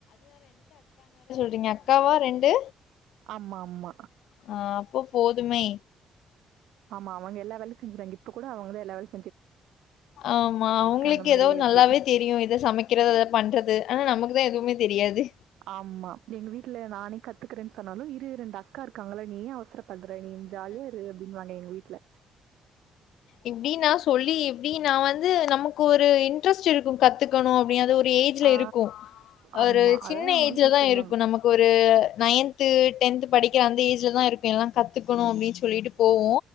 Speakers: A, on the left (about 80°); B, on the right (about 85°).
A: ங்க அக்காவா ரெண்டு
B: ஆமாமா.
A: ஆஹ் அப்போ போதுமே
B: ஆமா ஆமா அவுங்க எல்லா வேலை செஞ்சுறாங்க இப்ப கூட அவங்கள லைப்
A: ஆமா அவங்களுக்கு
B: அந்த மாரி
A: ஏதோ
B: அப்டி.
A: நல்லாவே தெரியும் இதை சமைக்கிறது அதை பண்றது ஆனா நமக்குதான் எதுவுமே தெரியாது
B: ஆமா எங்க வீட்டுல நா கத்துக்கிறேன்னு சொன்னாலும் இரு இரு ரெண்டு அக்கா இருக்காங்கள நீ அவசரப்படுற பண்ற நீ ஜாலியா இரு அப்படின்னு வாங்க எங்க வீட்டுல
A: இப்பிடி நா சொல்லி எப்பிடி நா வந்து நமக்கு ஒரு இன்ரஸ்ட் இருக்கு கத்துகனும் அப்பிடி ஒரு ஏஜில
B: ஆ
A: இருக்கும்
B: ஆமா.
A: ஒரு
B: அதான்
A: சின்ன
B: எங்க
A: ஏஜில
B: வீட்ல
A: தா
B: சொல்லுவாங்க.
A: யிருக்கு நமக்கு ஒரு நையத் டென்த் படிக்க அந்த ஏஜில தா யிருக்கே எல்லா கத்துகணும் அப்படின்னு சொல்லிட்டு போவோ